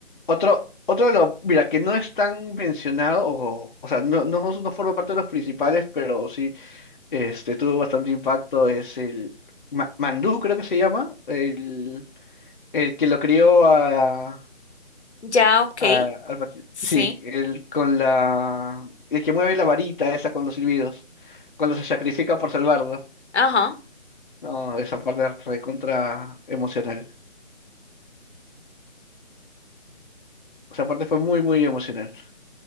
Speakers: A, on the left; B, on the left.
A: Otro, otro de los, mira, que no es tan mencionado, o, o sea, no, no, no forma parte de los principales, pero sí, este, tuvo bastante impacto, es el Ma- Mandú, creo que se llama, el, el que lo crió a,
B: Ya, ok,
A: a- al Mati-
B: sí,
A: sí, el con la, el que mueve la varita esa con los silbidos, cuando se sacrifica por salvarlo.
B: ajá,
A: No, esa parte es recontra emocional. Esa parte fue muy, muy emocional,